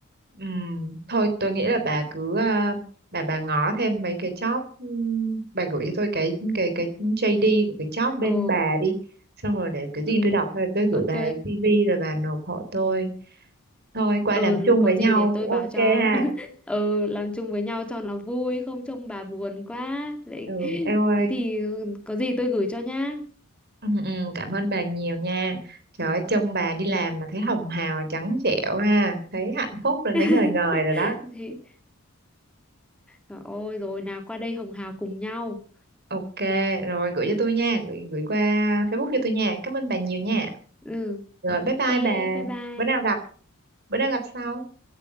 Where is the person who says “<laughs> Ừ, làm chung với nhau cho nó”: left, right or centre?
Centre